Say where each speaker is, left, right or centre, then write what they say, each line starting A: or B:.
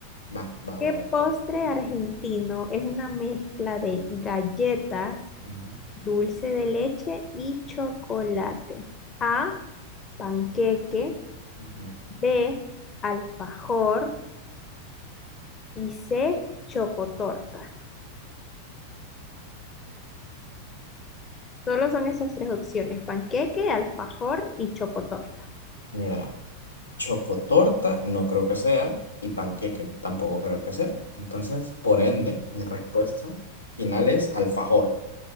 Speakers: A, on the left; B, on the left.
A: Va, va,
B: ¿Qué
A: va, va.
B: postre argentino es una mezcla de galletas,
A: Ujú,
B: dulce de leche y chocolate? A, panqueque,
A: ujú.
B: B, alfajor y C, chocotorta. Solo son esas tres opciones, panqueque, alfajor y chocotorta.
A: Mira. Chocotorta no creo que sea y panqueque tampoco creo que sea. Entonces, por ende, mi respuesta final es alfajor.